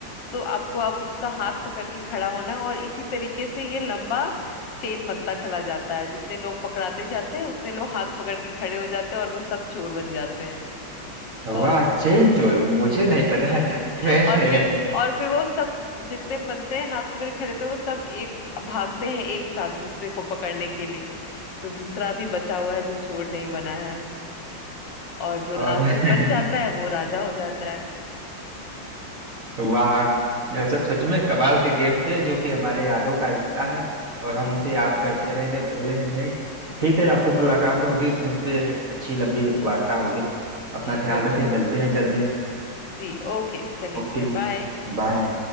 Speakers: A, on the left; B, on the right.
A: तो आपको अब उसका हाथ पकड़ के खड़ा होना है और इसी तरीके से ये लंबा चेन बनता चला जाता है जितने लोग पकड़ाते जाते हैं उतने लोग हाथ पकड़ के खड़े हो जाते हैं और वो सब चोर बन जाते हैं
B: वाह
A: और फिर
B: चेन चोर मुझे नहीं
A: जी।
B: पता खैर
A: <laughs> और फिर और फिर वो सब जितने बनते हैं हाथ पकड़े खड़े थे वो सब एक भागते हैं एक साथ दूसरे को पकड़ने के लिए जो दूसरा भी बचा हुआ है जो चोर नहीं बना है और जो
B: और
A: लास्ट में बच जाता
B: <laughs>
A: है वो राजा हो जाता है
B: वाह
A: <laughs>
B: यह सब सच में कमाल के गेम थे जो कि हमारे यादों का हिस्सा है और
A: जी
B: हम इसे याद करते रहेंगे भूलेंगे नहीं
A: जी
B: ठीक है
A: जी
B: आपसे मुलाकात होगी तो इन पे अच्छी लंबी वार्ता होगी अपना
A: जी
B: ख्याल
A: बिल्कुल
B: रखें मिलते हैं जल्दी
A: जी ओके चलिए
B: ओके
A: फिर बाय
B: बाय